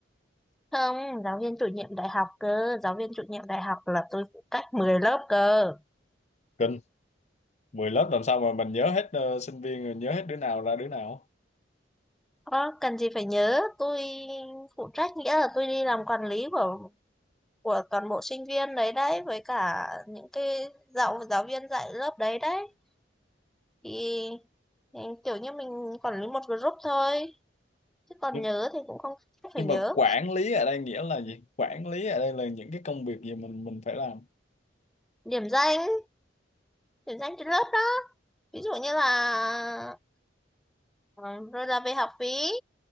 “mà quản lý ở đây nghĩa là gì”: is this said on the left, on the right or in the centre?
Left